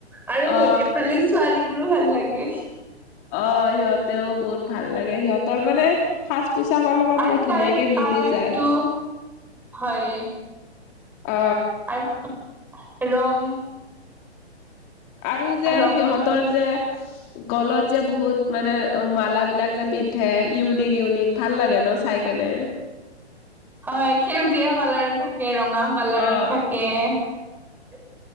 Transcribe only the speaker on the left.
অ
অ সিহঁতেও বহুত ভাল লাগে সিহঁতৰ মানে হাছ। পোচাকৰ লগত
বহুত
ধুনীয়াকে মিলি
যায়।
অ।
আৰু যে
সিহঁতৰ যে। গলত যে বহুত মানে অ মালাবিলাক যে পিন্ধে ইউনিক ইউনিক ভাল লাগে ন চাই কেনে। নেৰ।
অ